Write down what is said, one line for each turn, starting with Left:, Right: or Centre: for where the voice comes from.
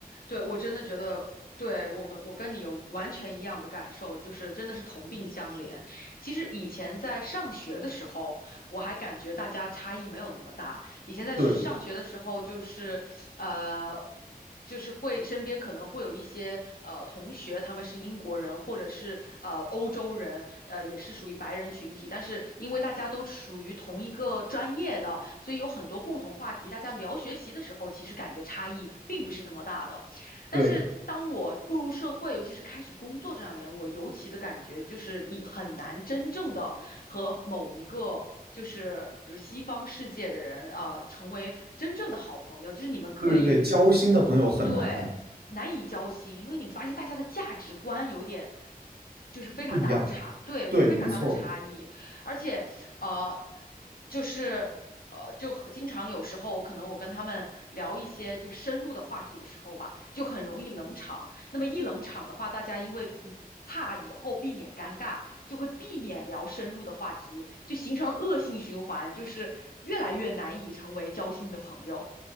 Left: 对，我真的觉得，对我们，我跟你有完全一样的感受，就是真的是同病相怜。其实以前在上学的时候，我还感觉大家差异没有那么大。以前在上学的时候，
Right: 对
Left: 就是呃，就是会身边可能会有一些呃同学，他们是英国人或者是呃欧洲人，呃也是属于白人群体，但是因为大家都属于同一个专业的，所以有很多共同话题，大家聊学习的时候，其实感觉差异并不是那么大的。但是当我步入社会，
Right: 对
Left: 尤其是开始工作这两年，我尤其的感觉就是你很难真正的和某一个就是比如西方世界的人啊、呃成为真正的好朋友，就是你们可以
Right: 对对对，交心的朋友很难很
Left: 对难以交心，因为你发现大家的价值观有点。就是非常大的差，
Right: 不一样。
Left: 对，
Right: 对，
Left: 有非常大的差异，
Right: 没错。
Left: 而且，呃，就是呃，就很经常有时候可能我跟他们聊一些就是深入的话题的时候吧，就很容易冷场。那么一冷场的话，大家因为嗯怕以后避免尴尬，就会避免聊深入的话题，就形成了恶性循环，就是越来越难以成为交心的朋友。